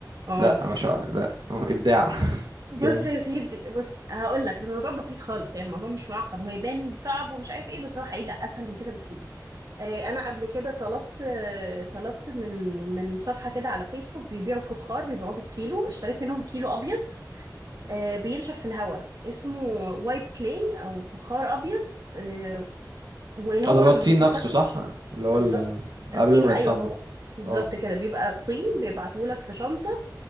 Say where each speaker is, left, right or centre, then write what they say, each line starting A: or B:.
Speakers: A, on the right; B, on the right.
A: اه
B: لا ما شاء الله لا ابداع <laughs>
A: بص
B: جامد
A: يا سيدي بص هقول لك الموضوع بسيط خالص يعني الموضوع مش معقد هو يبان صعب ومش عارف ايه بس هو حقيقي لا اسهل من كده بكتير إيه، انا قبل كده طلبت آه، طلبت من من صفحة كده على فيسبوك بيبيعوا فخار بيبيعوه بالكيلو اشتريت منهم كيلو ابيض آه، بينشف في الهواء اسمه وايت كلاي او فخار ابيض آه، وهو
B: اه ده اللي
A: متخصص
B: هو الطين نفسه صح اللي
A: بالظبط
B: هو ال-
A: الطين
B: قبل ما
A: ايوه
B: يتصنع
A: هو بالظبط
B: اه
A: كده بيبقى طين بيبعتهولك في شنطه